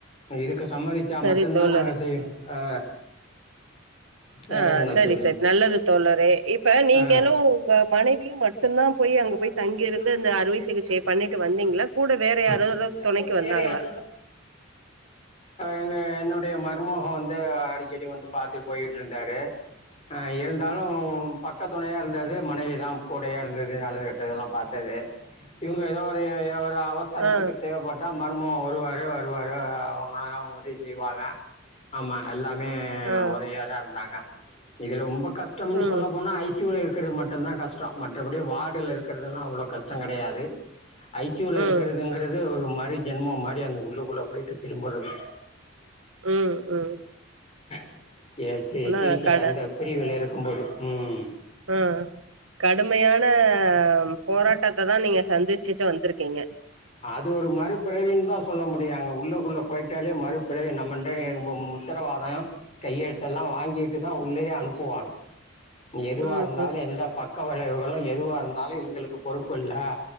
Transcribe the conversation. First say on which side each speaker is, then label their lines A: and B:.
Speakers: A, on the left; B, on the right.
A: இதுக்கு சம்மதிச்சா
B: சரி
A: மட்டுதா
B: தோழரே
A: நாங்க செய்ய ஆ வேற
B: ஆ
A: என்ன
B: சரி,
A: செய்றது
B: சரி. நல்லது தோழரே. இப்ப நீங்களும்
A: ஆ
B: உங்க மனைவியும் மட்டும்தான் போய்
A: பட்டுமா
B: அங்க
A: போய்
B: தங்கியிருந்து
A: அங்க போய் தங்கிருந்து
B: இந்த அறுவை சிகிச்சைய
A: <inaudible> அறுவை
B: பண்ணிட்டு
A: சிகிச்சைய
B: வந்தீங்களா? கூட வேற யாராவது
A: வந்தீங்களா
B: துணைக்கு
A: கூட
B: வந்தாங்களா?
A: வேற யாரோட எங்க என்னுடைய மருமொக வந்து அடிகடி வந்து பாத்துட் போயிட்ருந்தாரு ஆ இருந்தாலு பக்கதுணையா இருந்தது மனைவிதா கூடயேருந்தது நல்லது கேட்டதெல்லா பாத்தது இவங்க எதோ ஒரு <unintelligible> ஒரு அவசரத்துகு
B: ஆ,
A: தேவபட்டா மருமகொ வருவாரு வருவா ஆ அவுங்கலா உதவி செய்வாங்க ஆமா எல்லாமே
B: ஆ.
A: உதவியாதா இருந்தாங்க இதுல ரொம்ப கஷ்டம்னு
B: ம்,
A: சொல்ல போனா ஐ சி யூல இருக் குற்து மட்டுதா கஷ்டொ மற்றபடி வாடுல இருக்கற்துலா அவ்ளோ கஷ்டோ கடையாது ஐ சி யூல
B: ம்,
A: இருக்கறதுங்கறது ஒரு மறு ஜென்மொ மாரி அந்த உள்ளுகுள்ள போயிட்டு திரும்புறது
B: ம் ம்
A: <unintelligible>
B: ஆனா
A: சிகிச்ச
B: கட
A: அந்த பிரிவுல இருக்கும்போது ம்
B: ஆ கடுமயான போராட்டத்ததா நீங்க சந்திச்சுட்டு வந்துருகீங்க
A: இதுஒரு மறுப்பிறவின்தா சொல்ல முடியு அங்க உள்ளுகுள்ள போயிட்டாலே மறுபிறவி நம்ம <unintelligible> உத்தரவாதொ கையெழுதல்லா வாங்கிட்டுதா உள்ளயே அனுபுவாங்க எதுவா
B: ம்,
A: இருந்தாலு
B: ம்,
A: எந்த பக்கொ வளைவுகளு எதுவா இருந்தாலு எங்குளுக்கு பொறுப்புல்ல